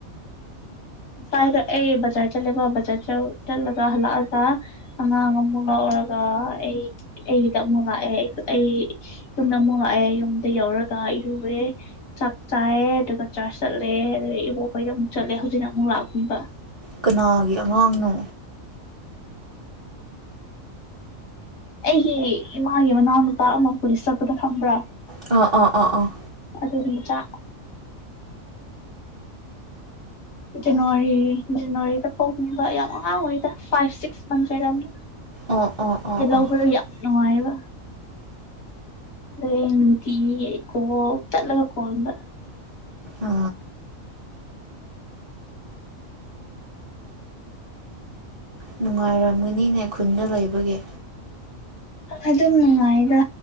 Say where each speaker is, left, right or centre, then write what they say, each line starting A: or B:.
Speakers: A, on the left; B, on the right.
A: ꯉꯁ꯭ꯋꯥꯏꯗ ꯑꯩ ꯕꯖꯥꯔ ꯆꯠꯂꯦꯕ ꯕꯖꯥꯔ ꯆꯠꯂꯒ ꯍꯜꯂꯛꯑꯒ ꯑꯉꯥꯡ ꯑꯃꯨꯛ ꯂꯧꯔꯒ ꯑꯩ ꯑꯩꯗ ꯑꯃꯨꯛ ꯂꯥꯛꯑꯦ ꯑꯩ ꯌꯨꯝꯗ ꯑꯃꯨꯛ ꯂꯥꯛꯑꯦ ꯌꯨꯝꯗ ꯌꯧꯔꯒ ꯏꯔꯨꯔꯦ ꯆꯥꯛ ꯆꯥꯏꯑꯦ ꯑꯗꯨꯒ ꯆꯥꯛ ꯆꯠꯂꯦ ꯑꯗꯒꯤ ꯏꯕꯣꯛꯈꯩꯗ ꯑꯃꯨꯛ ꯆꯠꯂꯦ ꯍꯧꯖꯤꯛ ꯑꯗꯨꯅ ꯑꯃꯨꯛ ꯂꯥꯛꯅꯤꯡꯕ
B: ꯀꯅꯥꯒꯤ ꯑꯉꯥꯡꯅꯣ
A: ꯑꯩꯒꯤ ꯏꯃꯥꯒꯤ ꯃꯅꯥꯎꯅꯨꯄꯥ ꯑꯃ ꯄꯨꯂꯤꯁ ꯆꯠꯄꯗ ꯐꯪꯕ꯭ꯔꯥ
B: ꯑ ꯑ ꯑ ꯑ
A: ꯑꯗꯨꯝ ꯆ ꯖꯅꯋꯥꯔꯤ ꯖꯅꯋꯥꯔꯤꯗ ꯐꯣꯛꯅꯦꯕ ꯌꯥꯝ ꯑꯉꯥꯡ ꯑꯣꯏꯔꯤꯩꯗ ꯐꯥꯏꯚ ꯁꯤꯛꯁ ꯃꯟ ꯂꯩꯔꯝꯅꯤ
B: ꯑꯣ ꯑꯣ ꯑꯣ ꯑꯣ
A: ꯂꯧ
B: ꯑꯣ
A: ꯄꯂꯣ ꯌꯥꯅꯅꯨꯡꯉꯑꯕ ꯂꯩꯅꯨꯡꯤ ꯀꯣ ꯆꯠꯂꯒ ꯀꯣꯟꯗ
B: ꯑ ꯅꯨꯡꯉꯥꯏꯔꯝꯒꯅꯤꯅꯦ ꯈꯨꯟꯅ ꯂꯩꯕꯒꯤ
A: ꯑꯗꯨꯝ ꯅꯨꯡꯉꯥꯏꯗ